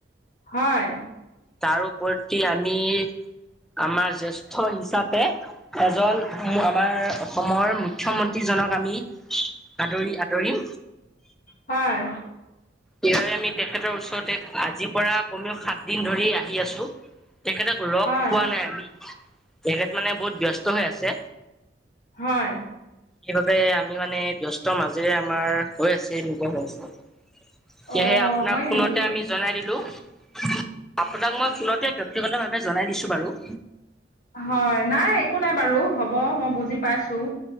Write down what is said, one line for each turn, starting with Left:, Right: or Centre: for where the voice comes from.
Left: হয়।
Centre: তাৰ ওপৰত কি আমি আমাৰ জেষ্ঠ হিচাপে। এজন আমাৰ অসমৰ মুখ্যমন্ত্ৰী জনক আমি আদৰি-আদৰি।
Left: হয়।
Centre: <unintelligible> আমি তেখেতৰ ওচৰতে আজি পৰা কমেও সাত দিন ধৰি আহি আছোঁ। তেখেতক লগ
Left: হয়
Centre: পোৱা নাই আমি, তেখেত মানে বহুত ব্যস্ত হৈ আছে।
Left: হয়।
Centre: সেইবাবে আমি মানে ব্যস্ত মাজেৰে আমাৰ হৈ আছে নিজা হৈ আছে। সেইহে
Left: অ
Centre: আপোনাৰ
Left: হয়
Centre: ফোনতে
Left: নেকি
Centre: আমি জনাই দিলোঁ। আপোনাক মই ফোনতে ব্যক্তিগতভাৱে জনাই দিছোঁ বাৰু।
Left: হয়। নাই একো নাই বাৰু হ'ব, মই বুজি পাইছোঁ।